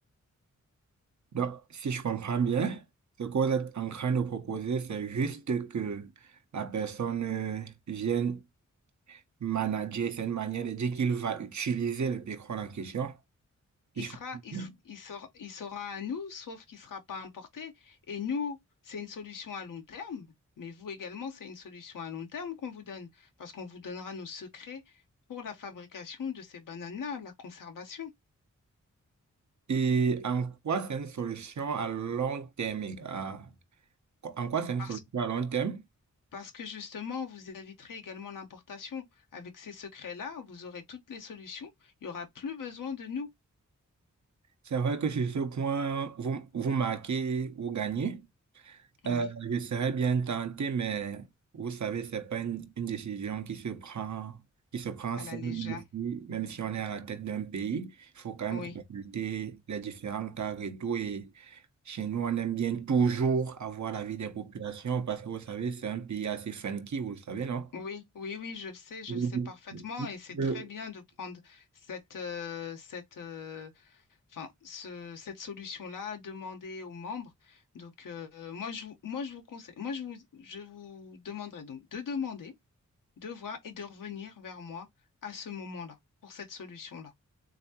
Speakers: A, on the right (about 60°); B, on the left (about 80°).
A: donc, si je comprends bien, ce que vous êtes en train de proposer, c'est juste que la personne euh, vienne manager, c'est une manière de dire qu'il va utiliser le pétrole en question. si
B: il
A: je
B: sera,
A: comprends
B: il,
A: bien.
B: s- il sera, il sera à nous, sauf qu'il ne sera pas importé. Et nous, c'est une solution à long terme, mais vous également, c'est une solution à long terme qu'on vous donne, parce qu'on vous donnera nos secrets pour la fabrication de ces bananes-là, la conservation.
A: Et en quoi c'est une solution à long terme? les gars En quoi c'est une
B: Parce,
A: solution à long terme?
B: parce que justement, vous éviterez également l'importation. Avec ces secrets-là, vous aurez toutes les solutions. Il n'y aura plus besoin de nous.
A: C'est vrai que sur ce point, vous, vous marquez, vous gagnez.
B: Oui,
A: Euh, je serais bien tenté, mais vous savez, c'est pas une, une décision qui se prend, qui se prend
B: à
A: seule,
B: la légère.
A: même si, même si on est à la tête d'un pays. Il faut quand
B: Oui.
A: même consulter les différents cas et tout. Et chez nous, on aime bien toujours avoir l'avis des populations parce que vous savez, c'est un pays assez funky, vous le savez, non?
B: Oui, oui, oui, je le sais, je
A: Oui.
B: le sais parfaitement et c'est très
A: Euh,
B: bien de prendre cette, euh, cette, euh, enfin, ce, cette solution-là, demander aux membres. Donc, euh, euh, moi, je, vous- moi, je vous conseille, moi, je vous, je vous demanderai donc de demander, de voir et de revenir vers moi à ce moment-là pour cette solution-là.